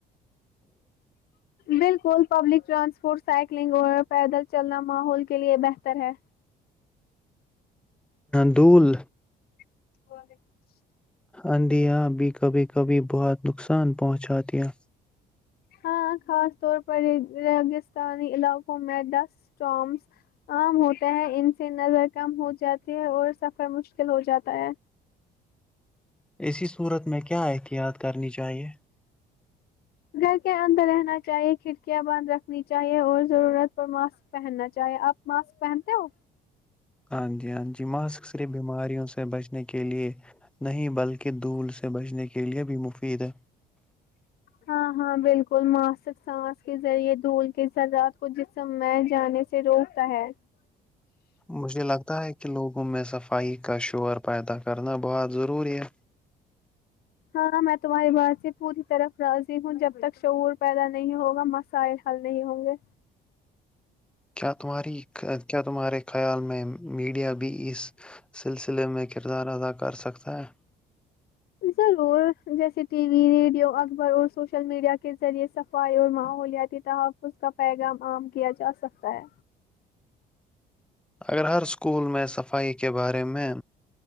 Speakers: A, in the centre; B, on the left.
A: جی
B: بالکل پبلک ٹرانسپورٹ سائیکلنگ اور پیدل چلنا ماحول کے لیے بہتر ہے
A: دوھل
B: <inaudible>
A: اندھیا بھی کبھی کبھی بہت نقصان پہنچاتی ہے
B: ہاں خاص طور پر رگستانی علاقوں میں ڈسٹ سٹارمز عام ہوتا ہیں ان سے نظر کم ہو جاتی ہے اور سفر مشکل ہو جاتا ہے
A: اسی صورت میں کیا احتیاط کرنی چاہیے
B: گھر کے اندر رہنا چاہیے کھڑکیاں بند رکھنی چاہیے اور ضرورت پر ماسک پہننا چاہیں آپ ماسک پہنتے ہو
A: ہاں جی ہاں جی ماسک صرف بیماریوں سے بچنے کے لیے نہیں بلکہ دھول سے بچنے کے لیے بھی مفید ہے
B: ہاں ہاں بالکل ماسک سانس کے ذریعے دھول کے زرات کو جس سم میں جانے سے روکتا ہے
A: مجھے لگتا ہے کہ لوگوں میں صفائی کا شعور پیدا کرنا بہت ضروری ہے
B: ہاں میں تمہاری بات سے پوری طرف راضی ہوں جب تک شعور پیدا نہیں ہوگا مسائل ہل نہیں ہوں گے
A: کیا تمہاری کیا تمہارے خیال میں میڈیا بھی اس سلسلے میں کردار ادا کر سکتا ہے
B: ضرور جیسے ٹی وی ریڈیو اکبر اور سوشل میڈیا کے ذریعے صفائی اور ماحولیاتی تحفظ کا پیغام عام کیا جا سکتا ہے
A: اگر ہر اسکول میں صفائی کے بارے میں